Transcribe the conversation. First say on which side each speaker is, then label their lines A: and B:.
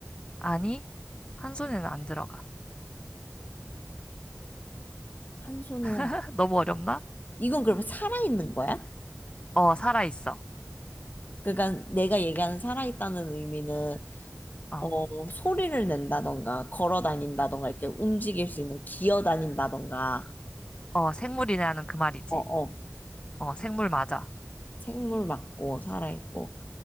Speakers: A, on the left (about 25°); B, on the left (about 40°).
A: 아니, 한 손에는 안 들어가.
B: 한 손에,
A: <laughs> 너무 어렵나?
B: 이건 그러면 살아있는 거야?
A: 어, 살아있어.
B: 그러니까 내가 얘기하는 살아있다는 의미는
A: 어,
B: 어, 소리를 낸다던가, 걸어 다닌다던가, 이렇게 움직일 수 있는, 기어 다닌다던가,
A: 어, 생물이네 하는 그 말이지.
B: 어, 어,
A: 어, 생물 맞아.
B: 생물 맞고, 살아있고,